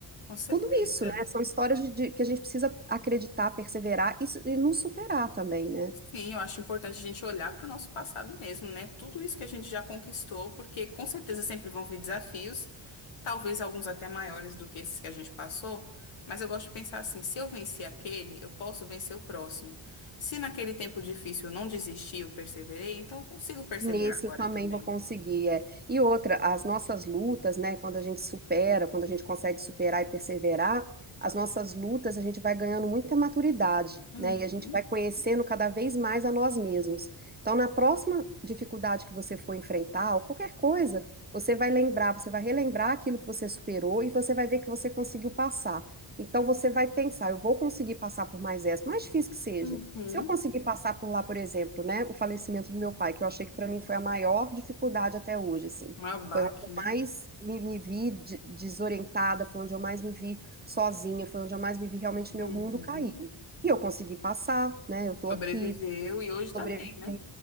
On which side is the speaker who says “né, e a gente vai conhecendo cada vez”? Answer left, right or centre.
Right